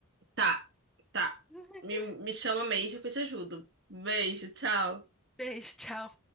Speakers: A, on the right (about 50°); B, in the centre.
A: Tá, tá.
B: <laughs>
A: Me, me chama mesmo que eu te ajudo. Beijo, tchau.
B: Beijo, tchau.